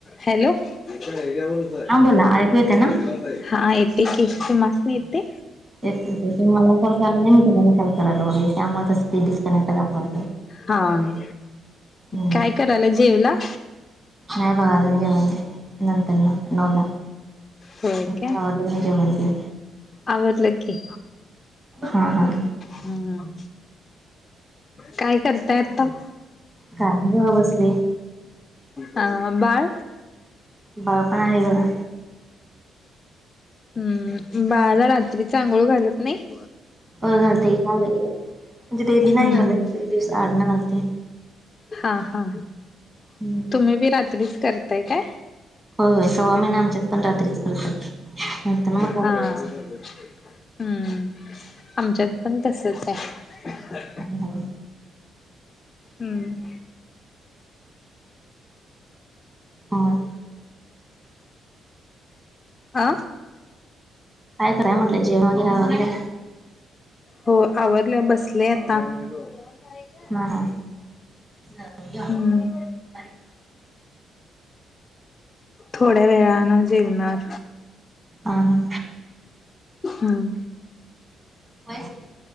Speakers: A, on the left; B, on the right.
A: Hello, नुसतं हेच्यावरच
B: हा
A: हाय
B: बोला ऐकू येते ना
A: जंगलात. हा येते की, तुमासनी येतंय?
B: एक तर तुम्ही मला कॉल करालाय, मी तुम्हाला कॉल कराय लागलोय त्यामुळ ते डिस्कनेक्ट दाखवालंय
A: हा,
B: हम्म
A: काय करालाय जेवला?
B: नाही बघा अजून जेवण नंतरन नऊला
A: होय
B: लग्न
A: काय
B: जेवण तेन
A: आवरलं की
B: हा हा
A: हम्मं काय करताय आता?
B: काय ग बसले
A: हा बाळ?
B: बाळ पण आहे बघा
A: हम्म, बाळाला रात्रीचं आंघोळ घालत नाही
B: हो घालते की म्हणजे डेली
A: हम्म
B: नाही घालत, एक दिवस आडन घालते
A: हां हा
B: <unintelligible>
A: तुम्ही बी रात्रीच करताय काय?
B: हो होय सव्वा महिने आमच्यात पण रात्रीच करतात नंतर न मग ऑफिस.
A: हां हम्म, आमच्यात पण तसचं हाय
B: होय
A: हम्म
B: हां
A: आ.
B: काय कराय म्हनलं जेवन वगैरे आवरल?
A: हो आवरल बसले आता. काय गो जेवण करायच.
B: मा हा, <unintelligible>
A: हम्म थोड्या वेळानं जेवणार.
B: आ हा.
A: हम्म.
B: होय,